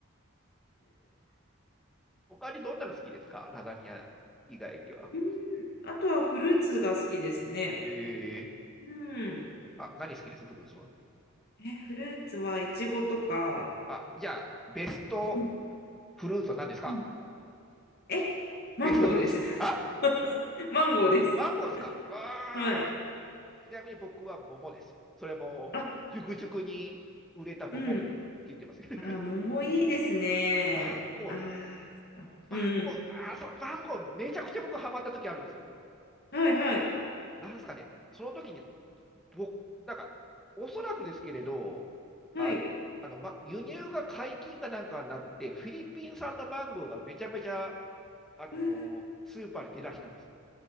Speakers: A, in the centre; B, on the left.
A: 他にどんなの好きですかラザニア以外には。
B: <laughs> あとはフルーツが好きですね。
A: えー、
B: うん。
A: あ、何好きですフルーツは。
B: え、フルーツはイチゴとか、
A: あ、じゃあ、ベスト
B: うん
A: フルーツは何ですか
B: うんえ、マンゴーです。
A: ベストフルーツ。あ
B: <laughs> マンゴーです。
A: マンゴーですかあーちなみに僕は桃です。
B: はい。
A: それも、
B: あ、
A: 熟々に売れた桃って言ってます。
B: うん。
A: <laughs>
B: あー、桃いいですね。
A: うんマンゴー、
B: ああ、そっか。
A: マンゴー、
B: うん
A: あーそうマンゴー、めちゃくちゃ僕ハマった時あるんですよ。
B: うん。はいはい。
A: なんですかね、その時に、僕、なんか、おそらくですけれど、
B: はい。
A: ああの、ま、輸入が解禁かなんかになって、フィリピン産のマンゴーがめちゃめちゃ、あのースーパーに出だしたんですよ。
B: うん